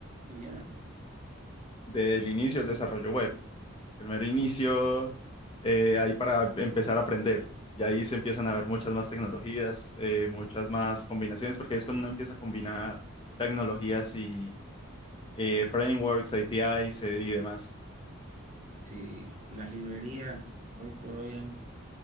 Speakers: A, on the right; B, on the left.
A: Ya,
B: del inicio del desarrollo web. El mero inicio, eh, ahí para empezar a aprender. Y ahí se empiezan a ver muchas más tecnologías, eh, muchas más combinaciones, porque ahí es cuando uno empieza a combinar tecnologías y eh, frameworks, APIs eh, y demás.
A: sí, las librerías hoy por hoy han